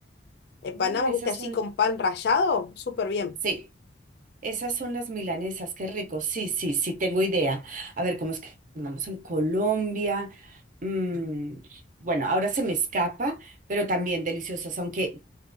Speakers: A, on the left; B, on the right.
A: Empanamos,
B: Mm, esas
A: ¿viste? Así
B: son,
A: con pan rallado, súper bien.
B: sí. Esas son las milanesas, qué rico. Sí, sí, sí, tengo idea. A ver, ¿cómo es que llamamos en Colombia? Mm, bueno, ahora se me escapa, pero también deliciosas, aunque,